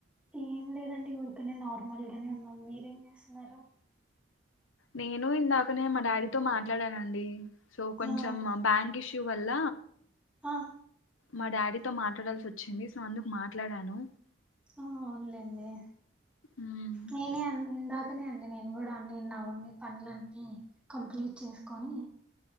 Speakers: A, in the centre; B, on the left.
A: ఏం లేదండి ఉర్కనే నార్మల్గానే ఉన్నా మీరేం చేస్తున్నారు
B: నేను ఇందాకనే మా డాడీతో మాట్లాడానండి సో కొంచెం
A: ఆ
B: మా బ్యాంక్ ఇషూ ష్యూ వల్ల
A: ఆ
B: మా డాడీతో మాట్లాడాల్సి వచ్చింది సో అందుకు మాట్లాడాను
A: ఆ అవునులేండి
B: మ్మ్
A: నేనే ఆన్ ఇందాక కనే అండి నేను కూడా అన్ని నావన్ని పనులన్నీ కంప్లీట్ చేసుకొని